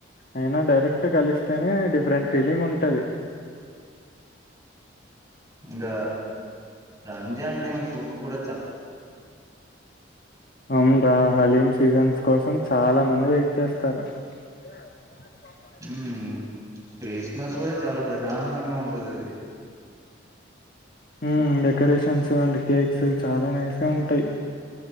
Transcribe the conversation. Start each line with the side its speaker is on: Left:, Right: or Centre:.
Left: అయినా డైరెక్ట్ కలిస్తేనే డిఫరెంట్ ఫీలింగ్ ఉంటది
Right: ఇంక రంజా అంటే ఫుడ్ కూడ
Left: అవున్ రా హలీం సీజన్స్ కోసం చాలా మంది వెయిట్ చేస్తారు <unintelligible> బాంది పాప
Right: ఊ క్రిస్మస్ గూడ చాలా ప్రశాంతంగా ఉంటదది
Left: ఊ డెకరేషన్సు అండు కేక్సూ చాలా నైస్ గా ఉంటాయ్